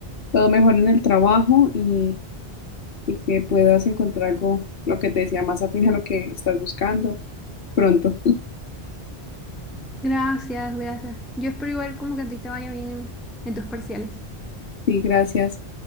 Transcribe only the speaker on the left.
todo mejore en el trabajo y... y que puedas encontrar algo, lo que te decía, más afín a lo que estás buscando pronto.
Sí, gracias.